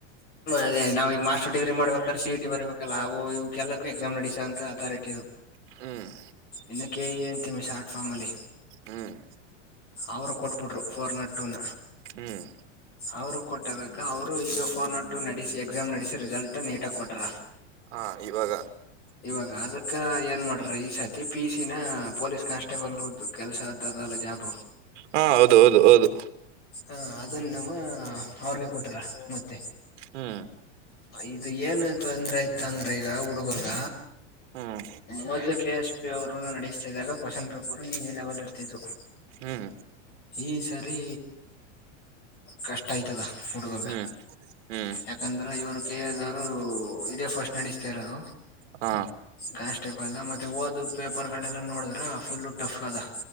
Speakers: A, on the left; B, on the right.
A: ಅದೇ ನಾವ ಈಗ ಮಾಸ್ಟರ್ ಡಿಗ್ರಿ ಮಾಡ್ಬೇಕಾದ್ರ ಸಿಇಟಿ ಬರ್ಬೇಕಲ್ಲವು ಕೆಲ್ಲಕ್ಕೂ ಎಕ್ಸಾಮ್ ನಡಸಂತ ಅಥಾರಿಟಿ
B: ಹ್ಮ್
A: ಇನ್ನ ಕೆ ಇ ಎ ಅಂತವಿ ಶಾರ್ಟ್ ಫಾರ್ಮ್ ಅಲ್ಲಿ.
B: ಹ್ಮ್
A: ಅವರು ಕೊಟ್ಬಿಟ್ರು ಫೋರ್ ನಾಟ್ ಟೂನ
B: ಹ್ಮ್
A: ಅವರು ಕೊಟ್ಟದಕ್ಕೆ. ಅವರು ಈಗ ಫೋರ್ ನಾಟ್ ಟೂ ನಡೆಸಿ ಎಕ್ಸಾಮ್ ನಡೆಸಿ ರಿಸಲ್ಟ್ ನೀಟಾಗಿ ಕೊಟಾರ.
B: ಹ ಇವಾಗ,
A: ಇವಾಗ ಅದಕ್ಕ ಏನ್ ಮಾಡ್ರ ಈ ಸತಿ ಪಿ ಸಿನ ಪೊಲೀಸ್ ಕಾನ್ಸ್ಟೇಬಲ್ ಕೆಲ್ಸದದಲ್ಲ ಜಾಬ್.
B: ಹಾ ಹೌದು ಹೌದು ಹೌದು,
A: ಹಾ ಅದನ್ನ ನಾವ ಅವ್ರಗೆ ಕೊಟರ ಮತ್ತೆ
B: ಹ್ಮ್
A: ಇದು ಏನ್ ತೊಂದ್ರೆ ಆಯ್ತ ಅಂದ್ರೆ ಈಗ ಹುಡುಗರ್ಗ
B: ಹ್ಮ್
A: ಮೊದ್ಲು ಕೆ ಎಸ್ ಪಿ ಅವರು ನಡಸ್ತಿದಾಗ ಕ್ವಶನ್ ಪೇಪರ್ ಈಗಿನಲೆವೆಲ್ ಇರ್ತಿದವ್
B: ಹ್ಮ್
A: ಈ ಸರಿ ಕಷ್ಟ ಆಯ್ತದ ಹುಡುಗರ್ಗ
B: ಹ್ಮ್ ಹ್ಮ್
A: ಯಾಕಂದ್ರ ಇವರು ಕೆ ಎದವರು ಇದೆ ಪಷ್ಟ ಸರಿ ನಡಿಸ್ತಾಯಿರದು
B: ಹಾ
A: ಕಾನ್ಸ್ ಕೇಬಲ್ ನ ಹೋದ ಪೇಪರ್ ಗಳನ್ನ ನೋಡಿದ್ರ ಫುಲ್ ಟೈಟ್ ಆದ